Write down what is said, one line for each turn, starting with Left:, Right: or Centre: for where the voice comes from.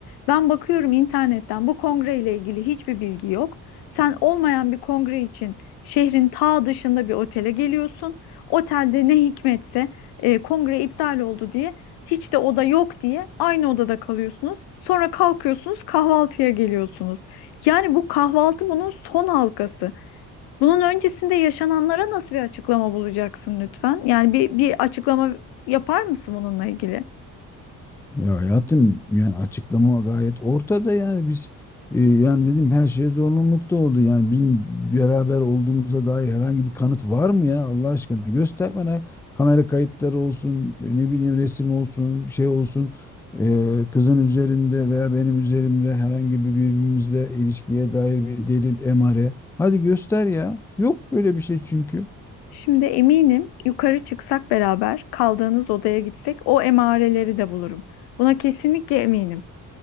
Left: Ben bakıyorum internetten bu kongre ile ilgili hiçbir bilgi yok. Sen olmayan bir kongre için şehrin ta dışında bir otele geliyorsun. Otelde ne hikmetse e, kongre iptal oldu diye hiç de oda yok diye aynı odada kalıyorsunuz. Sonra kalkıyorsunuz kahvaltıya geliyorsunuz. Yani bu kahvaltı bunun son halkası. Bunun öncesinde yaşananlara nasıl bir açıklama bulacaksın lütfen? Yani bir, bir açıklama yapar mısın bununla ilgili?
Centre: Ya hayatım yani açıklama gayet ortada yani biz e, yani dedim her şey zorunlulukta oldu. Yani bizim beraber olduğumuza dair herhangi bir kanıt var mı ya Allah aşkına göster bana kamera kayıtları olsun e, ne bileyim resim olsun şey olsun e, kızın üzerinde veya benim üzerimde herhangi bir birbirimizle ilişkiye dair bir delil emare. Hadi göster ya. Yok böyle bir şey çünkü.
Left: Şimdi eminim yukarı çıksak beraber kaldığınız odaya gitsek o emareleri de bulurum. Buna kesinlikle eminim.